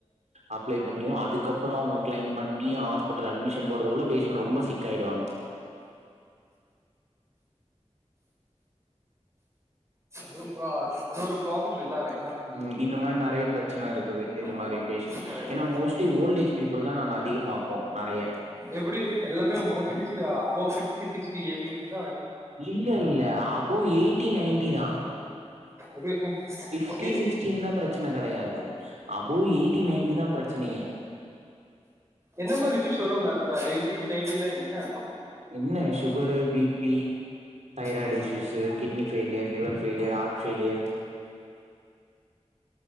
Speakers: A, on the right; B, on the right.
A: அப்ளை பண்ணியோ அதுக் கப்பறோ அவ்ங்க க்ளைம் பண்ணி ஆஸ்பிட்டல் அ அட்மிஷன் போட்றதுக்குள்ள பேஷன்ட் ரொம்ப சிக் ஆயிடுவாங்க
B: ப்ளு க்ராஸ் அது ஒரு பிராப்ளம் இல்லாவே
A: ம் இந்த மாரி நறைய பிரச்சன இருக்குது இது மாரி
B: ஆமா
A: பேஷன்
B: கரெக்ட்
A: ஏன்னா மோஸ்ட்லி ஓல்ட் ஏஜ் பீப்புள் தா நாங்க அதிகம் பாப்போம் நறைய
B: எப்புடி எல்லாமே மோஸ்ட்லி ஸ்டு அபவ் ஃபிஃப்டி சிக்ஸ்டி ஏஜ்ஜிக்கு இருந்து
A: இல்ல இல்ல above eighty ninety தா
B: ஓகே
A: ஃபிஃப்டி
B: ஓகே
A: சிக்ஸ்டி இருந்தா பிரச்சன கடையாது அபவ் எயிட்டி நைன்டி தா பிரச்சனையே
B: என்ன மாரி இஷியுஸ் வருங்க தா எயிட்டி நைன்ட்டிலங்க த
A: என்னன்னே சுகரு பி ப்பி தைராய்டு
B: ஆமா
A: issues kidney failure liver failure heart failure